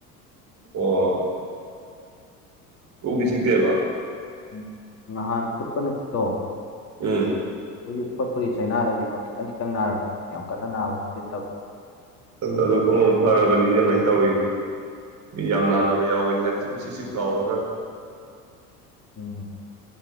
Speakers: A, on the right (about 35°); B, on the left (about 30°).
A: ꯑꯣ ꯀꯣꯛꯇꯤ ꯆꯤꯛꯇꯦꯕ
B: ꯎꯝ ꯅꯍꯥꯟ ꯐꯣꯠꯄ ꯅꯨꯃꯤꯠꯇꯣ
A: ꯎꯝ
B: ꯑꯌꯨꯛ ꯐꯣꯠꯄꯒꯤ ꯆꯩꯅꯥꯔ ꯀꯩꯅꯣ ꯈꯤꯇꯪ ꯈꯤꯇꯪ ꯅꯥꯔꯝꯃꯦ ꯌꯥꯝ ꯀꯟꯅ ꯅꯥꯕꯕꯨꯗꯤ ꯅꯠꯇꯕ꯫
A: ꯗ ꯑꯗꯨ ꯑꯃꯃ ꯐꯔꯔꯕꯅꯤꯅꯦ ꯑꯗꯨꯃꯥꯏꯅ ꯇꯧꯋꯤ ꯃꯤ ꯌꯥꯝ ꯅꯥꯅꯕ ꯌꯥꯎꯋꯤꯍꯦ ꯍꯥꯏꯗꯤ ꯁꯨꯝ ꯆꯤꯛ ꯆꯤꯛ ꯂꯥꯎꯔꯒ
B: ꯑꯥ